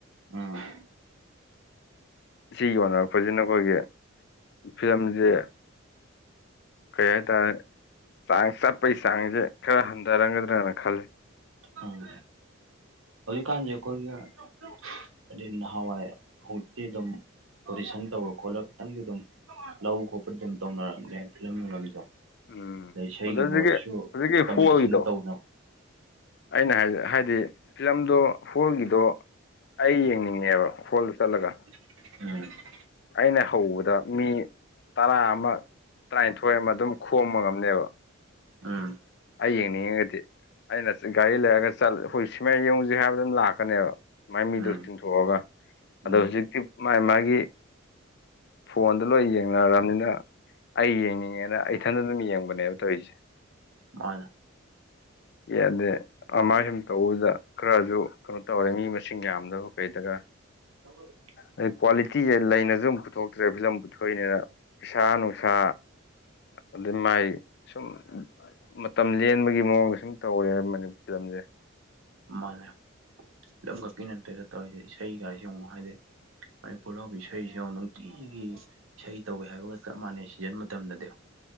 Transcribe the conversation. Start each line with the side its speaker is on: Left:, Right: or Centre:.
Right: ꯎꯝ
Left: ꯁꯤ ꯌꯣꯟꯅꯔꯛꯄꯁꯤꯅ ꯑꯩꯈꯣꯏꯒꯤ ꯐꯤꯂꯝꯁꯦ ꯀꯩ ꯍꯥꯏꯇꯥꯔꯦ ꯆꯥꯡ ꯆꯠꯄꯩ ꯆꯥꯡꯁꯦ ꯈꯔ ꯍꯟꯊꯔꯝꯒꯗ꯭ꯔꯅ ꯈꯜꯂꯦ
Right: ꯎꯝ ꯍꯧꯖꯤꯛ ꯀꯥꯟꯖꯦꯑꯈꯣꯏꯅ ꯍꯥꯏꯗꯤ ꯅꯍꯥꯟꯋꯥꯏ ꯍꯧꯖꯤꯛꯇꯤ ꯑꯗꯨꯝ ꯑꯣꯗꯤꯁꯟ ꯇꯧꯔ ꯈꯣꯠꯂ ꯈꯤꯇꯪꯗꯤ ꯑꯗꯨꯝ ꯂꯧ ꯈꯣꯠꯄ ꯑꯗꯨꯝ ꯇꯧꯅꯔꯛꯝꯃꯦꯦ ꯐꯤꯂꯝꯁꯨ
Left: ꯎꯝ
Right: ꯑꯗꯩ ꯏꯁꯩꯒꯤꯕꯨ
Left: ꯑꯗꯨꯗꯒꯤ ꯍꯧꯖꯤꯛꯀꯤ
Right: ꯑꯣꯏꯔꯁꯨ
Left: ꯍꯧꯖꯤꯛꯀꯤ
Right: ꯀꯝꯄꯤꯇꯤꯁꯟꯗꯨ
Left: ꯍꯣꯜꯒꯤꯗꯣ
Right: ꯇꯧꯗ ꯎꯝ
Left: ꯑꯩꯅ ꯍꯥꯏꯗꯤ ꯍꯥꯏꯗꯤ ꯐꯤꯂꯝꯗꯣ ꯍꯣꯜꯒꯤꯗꯣ ꯑꯩ ꯌꯦꯡꯅꯤꯡꯉꯦꯕ ꯍꯣꯜ ꯆꯠꯂꯒ
Right: <unintelligible>
Left: ꯑꯩꯅ ꯍꯧꯕꯗ ꯃꯤ ꯇꯔꯥ ꯑꯃ ꯇꯔꯥꯅꯤꯊꯣꯏ ꯑꯃ ꯑꯗꯨꯝ ꯈꯣꯝꯕ ꯉꯝꯅꯦꯕ
Right: ꯎꯝ
Left: ꯑꯩ ꯌꯦꯡꯅꯤꯡꯉꯒꯗꯤ ꯑꯩꯅ ꯒꯥꯔꯤ ꯂꯩꯔꯒ ꯆꯠꯂ ꯍꯣꯏ ꯁꯤꯃꯥ ꯌꯦꯡꯉꯨꯁꯤ ꯍꯥꯏꯕꯗ ꯑꯗꯨꯝ ꯂꯥꯛꯀꯅꯦꯕ ꯑꯗꯨꯃꯥꯏꯅ ꯃꯤꯗꯣ
Right: ꯎꯝ
Left: ꯆꯤꯡꯊꯣꯛꯑꯒ ꯑꯗꯣ
Right: ꯎꯝ
Left: ꯍꯧꯖꯤꯛꯇꯤ ꯃꯥꯒꯤ ꯃꯥꯒꯤ ꯐꯣꯟꯗ ꯂꯣꯏ ꯌꯦꯡꯅꯔꯕꯅꯤꯅ ꯑꯩ ꯌꯦꯡꯅꯤꯡꯉꯦꯅ ꯏꯊꯟꯗ ꯑꯗꯨꯝ ꯌꯦꯡꯕꯅꯦꯕ ꯇꯧꯔꯤꯁꯦ
Right: ꯍꯣꯏ <unintelligible>
Left: ꯌꯗꯦ ꯑꯃꯥꯏ ꯁꯨꯝ ꯇꯧꯕꯗ ꯈꯔꯁꯨ ꯀꯩꯅꯣ ꯇꯧꯔꯦ ꯃꯤ ꯃꯁꯤꯡ ꯌꯥꯝꯗꯕ ꯀꯩꯗꯒ
Right: <unintelligible>
Left: ꯑꯗꯩ ꯀ꯭ꯋꯥꯂꯤꯇꯤꯁꯦ ꯂꯩꯅꯁꯨ ꯑꯃꯨꯛ ꯄꯨꯊꯣꯛꯇ꯭ꯔꯦ ꯐꯤꯂꯝ ꯄꯨꯊꯣꯛꯏꯅꯦꯗ ꯄꯩꯁꯥ ꯅꯨꯡꯁꯥ ꯑꯗꯩ ꯃꯥꯏ ꯁꯨꯝ ꯃꯇꯝ ꯂꯦꯟꯕꯒꯤ ꯃꯑꯣꯡꯗ ꯁꯨꯝ ꯇꯧꯔꯦ ꯃꯅꯤꯄꯨꯔ ꯐꯤꯂꯝꯁꯦ
Right: ꯃꯥꯅꯦ ꯐꯤꯂꯝ ꯈꯛꯀꯤ ꯅꯠꯇꯦꯗ ꯇꯧꯔꯤꯁꯦ ꯏꯁꯩꯒꯥꯁꯤ ꯌꯦꯡꯉꯨ ꯍꯥꯏꯗꯤ ꯃꯅꯤꯄꯨꯔꯗ ꯏꯁꯩꯁꯤꯌꯦꯡꯉꯨ ꯅꯨꯡꯇꯤꯒꯤ ꯏꯁꯩ ꯇꯧꯋꯦ ꯍꯥꯏꯕꯒ ꯆꯞ ꯃꯥꯟꯅꯩ ꯁꯤꯖꯟ ꯃꯇꯝꯗꯗꯤ